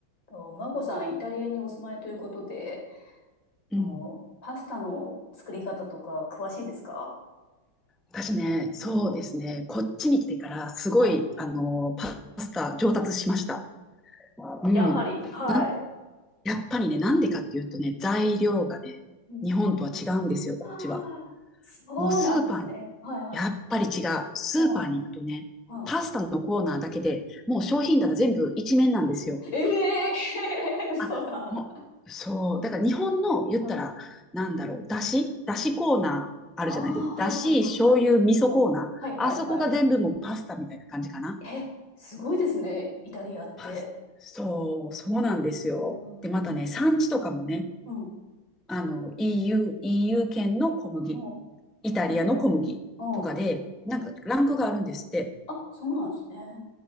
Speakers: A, on the left; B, in the centre.
A: と、マコさん、イタリアにお住まいということで、
B: うん。
A: あの、パスタの作り方とか詳しいですか
B: 私ね、そうですね。こっちに来てから、すごい、
A: はい。
B: あの、パスタ上達しました。うん。
A: やはり、はい。
B: なん、やっぱりね、なんでかっていうとね、
A: うん。
B: 材料がね、
A: うん
B: 日本とは違うんですよ、
A: あ
B: こっちは。
A: あ、そうなんですね。
B: もうスーパー、
A: はいはい。
B: やっぱり違う。スーパーに行くとね、
A: うん。は
B: パスタのコーナーだけでもう商品棚全部一面なんですよ。
A: い。うん。ええー、<laughs> 嘘だ。
B: あ、もう、そう。だから日本の言ったら、
A: うん。
B: なんだろう、だしだしコーナーあるじゃないですか。
A: ああ、はいはいはいはい。
B: だし、醤油、味噌コーナー。
A: うん。はいはいはい。
B: あそこが全部もうパスタみたいな感じかな。
A: え、すごいですね、イタリアって。
B: パス、そう、そうなんですよ。
A: うん。
B: で、またね、産地とかもね、
A: うん。
B: あの、EU、EU 圏の小麦、
A: うん。
B: イタリアの小麦とかで、
A: はいはい。うん。
B: なんかランクがあるんですって。
A: はい。あ、そうなんですね。